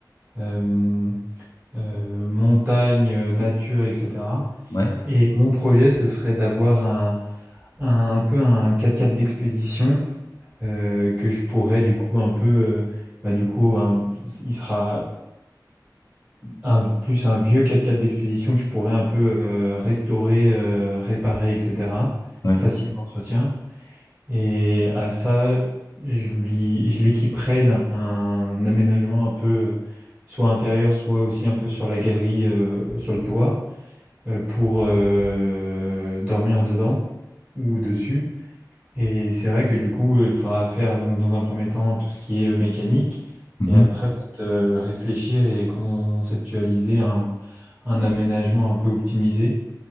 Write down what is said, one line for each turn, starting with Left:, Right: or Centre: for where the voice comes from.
Right: euh, euh, montagne, euh, nature, etc.
Left: Ouais,
Right: Et mon projet, ce serait d'avoir un, un, un peu un 4x4 d'expédition euh, que je pourrais du coup un peu, euh, bah, du coup, un- il sera un- plus un vieux quatre-quatre 4 d'expédition que je pourrais un peu euh, restaurer, euh, réparer, etc.
Left: ouais.
Right: Facile d'entretien. Et à ça, je lui, je l'équiperais d'un un aménagement un peu, euh, soit intérieur, soit aussi un peu sur la galerie, euh, sur le toit, euh, pour euh, dormir dedans ou dessus. Et c'est vrai que du coup, il faudra faire donc dans un premier temps tout ce qui est euh, mécanique,
Left: Mhm.
Right: et après peut-être euh, réfléchir et conceptualiser un, un aménagement un peu optimisé